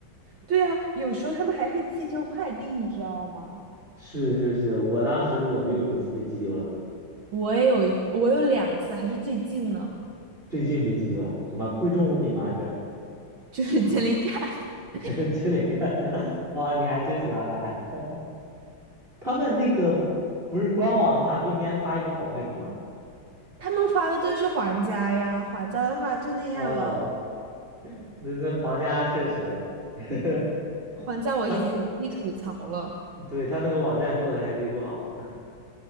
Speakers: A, on the right; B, on the right.
A: 对啊，有时候他们还会寄丢快递，你知道吗？
B: 是是是，我当时我就有一次被寄丢了，
A: 我也有一，我有两次，还是最近呢，
B: 最近被寄丢了，什么贵重物品吗？是。
A: 就是接里干，<laughs>
B: <laughs> 就是这里干的哇，你还真喜欢买。<laughs> 他们那个不是官网的话，不应该发一个好快递吗？
A: 他们发的都是还价呀，还价的话就那样啊，
B: 哦，那那皇家确实，<laughs>
A: 还价我已经无力吐槽了。
B: 他对他那个网站做的还贼不好。